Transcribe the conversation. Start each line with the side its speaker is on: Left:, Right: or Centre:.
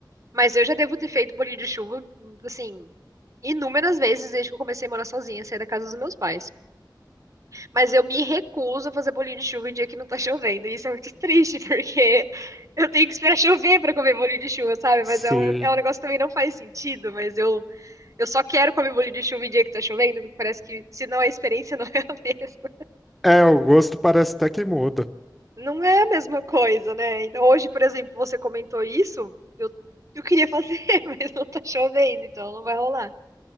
Right: Mas eu já devo ter feito bolinho de chuva, assim, inúmeras vezes desde que eu comecei a morar sozinha, sair da casa dos meus pais. Mas eu me recuso a fazer bolinho de chuva em dia que não tá chovendo. E isso é muito triste, <laughs> porque eu tenho que esperar chover pra comer bolinho de chuva, sabe? Mas
Centre: Sim.
Right: é um, é um negócio que também não faz sentido, mas eu, eu só quero comer bolinho de chuva em dia que tá chovendo, porque parece que senão a experiência não <laughs> é a mesma.
Centre: É, o gosto parece até que muda.
Right: Não é a mesma coisa, né? então Hoje, por exemplo, você comentou isso, eu, eu queria fazer, <laughs> mas não tá chovendo, então não vai rolar.